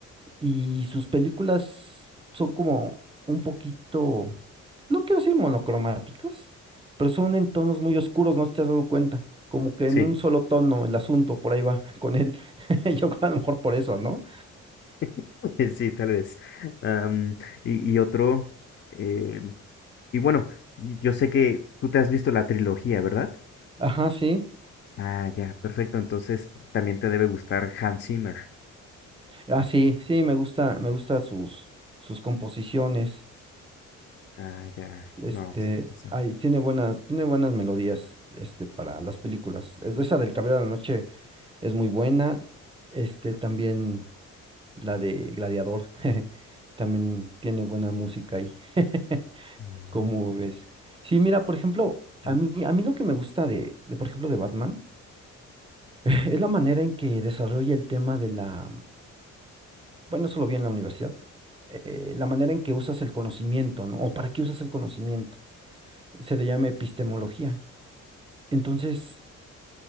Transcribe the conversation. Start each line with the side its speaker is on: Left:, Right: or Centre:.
Right: y sus películas son como un poquito, no quiero decir monocromáticas, pero son en tonos muy oscuros, no sé si te has dado cuenta. Como que en
Left: sí,
Right: un solo tono el asunto, por ahí va <laughs> con él. <laughs> Yo creo a lo mejor por eso, ¿no?
Left: <laughs> sí, tal vez. Am, y, y otro, eh, y bueno, y- yo sé que tú te has visto la trilogía, ¿verdad?
Right: Ajá, sí.
Left: Ah, ya, perfecto. Entonces también te debe gustar Hans Zimmer.
Right: Ah, sí, sí, me gusta, me gusta sus, sus composiciones.
Left: Ah, ya,
Right: Este,
Left: no, sí, sí, sí.
Right: ay, tiene buenas, tiene buenas melodías, este, para las películas. Es de Esa del Caballero de la Noche es muy buena. Este, también la de Gladiador, <laughs> también tiene buena música ahí. <laughs>
Left: Mm,
Right: ¿Cómo ves? Sí, mira, por ejemplo,
Left: mm.
Right: a mí, a mí lo que me gusta de, de, por ejemplo, de Batman, <laughs> es la manera en que desarrolla el tema de la Bueno, eso lo vi en la universidad. eh, la manera en que usas el conocimiento, ¿no? O para qué usas el conocimiento. Se le llama epistemología. Entonces,